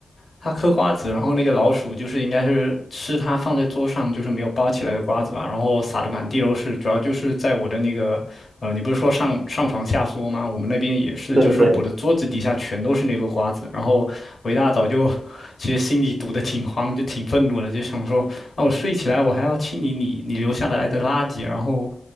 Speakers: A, on the left; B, on the right.
A: 他嗑瓜子，然后那个老鼠就是应该是吃他放在桌上就是没有包起来的瓜子吧，然后撒的满地都是，主要就是在我的那个呃，你不是说上上床下桌吗？我们那边也是，
B: 对对对。
A: 就是我的桌子底下全都是那个瓜子，然后我一大早就其实心里堵得挺慌，就挺愤怒的，就想说那我睡起来我还要清理你你留下来的垃圾，然后。